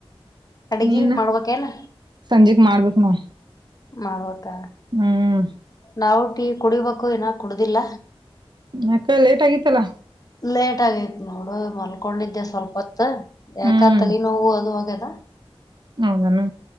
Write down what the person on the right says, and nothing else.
ನೀನ್
ಸಂಜಿಕ ಮಾಡಬೇಕ್ ನೋಡ್
ಹ್ಮ್
ಯಾಕ್ ಲೇಟ್ ಆಗಿತ್ತಲ್ಲಾ
ಹ್ಮ್
ಹೌದನು